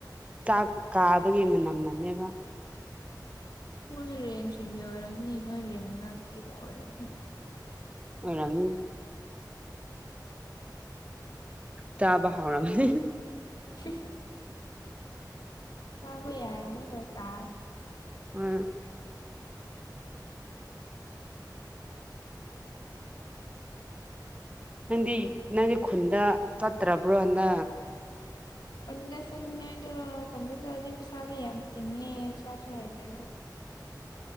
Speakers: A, on the right; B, on the left.
A: ꯆꯥꯛ ꯀꯥꯕꯒꯤ ꯃꯅꯝ ꯅꯝꯃꯦꯕ
B: ꯅꯣꯏ ꯔꯦꯟꯁꯤꯡꯒꯤ ꯑꯣꯏꯔꯝꯅꯤ ꯅꯣꯏ ꯔꯦꯟ ꯃꯅꯥꯒꯤꯗ ꯑꯣꯏꯔꯝꯅꯤ
A: ꯍꯔꯝ ꯆꯥꯕ ꯍꯥꯥꯎꯔꯅꯤ
B: ꯁꯤ ꯆꯕ ꯌꯥꯔꯃꯣꯏ ꯀꯥ
A: ꯍ ꯅꯪꯗꯤ ꯅꯪꯗꯤ ꯈꯨꯟꯗ ꯆꯠꯇ꯭ꯔꯕ꯭ꯔꯣ ꯍꯟꯅ
B: ꯄꯟꯗꯁꯉꯥꯏꯗꯣ ꯄꯟꯗꯁꯗꯤ ꯄꯩꯁꯥꯗ ꯌꯥꯝ ꯊꯤꯉꯦ ꯄꯁꯥꯁꯨ ꯍꯥꯏꯖꯣ
A: <unintelligible>